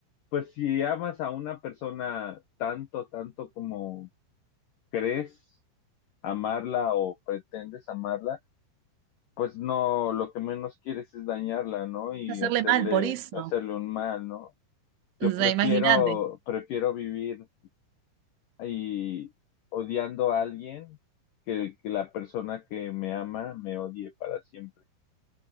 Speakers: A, on the left; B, on the right.
A: pues si amas a una persona tanto, tanto como crees amarla o pretendes amarla, pues no, lo que menos quieres es dañarla, ¿no? Y
B: Es hacerle
A: hacerle,
B: mal por eso.
A: hacerle un mal, ¿no? Yo
B: O sea,
A: prefiero,
B: imagínate.
A: prefiero vivir y odiando a alguien que, que la persona que me ama me odie para siempre.